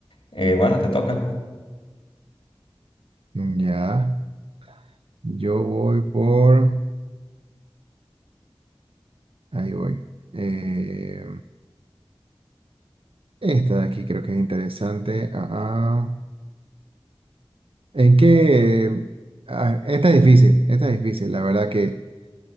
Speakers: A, on the left (about 85°); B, on the right (about 75°).
A: Eh, bueno, te toca.
B: Mm, Ya, yo voy por... Ahí voy. Eh, esta de aquí creo que es interesante. Ah, ah. ¿En qué? ah, esta es difícil, esta es difícil. La verdad que...